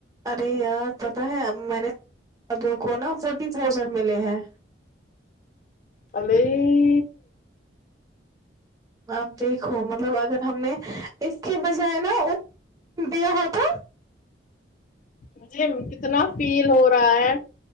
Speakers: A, on the right; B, on the left.
A: ارے یار پتا ہے اب میں نے ابو کو نا فورٹی تھاؤزینڈ ملے ہیں
B: امی
A: آپ دیکھو مطلب اگر ہم نے اس کے بجائے نا دیا ہوتا
B: مجھے کتنا فیل ہو رہا ہے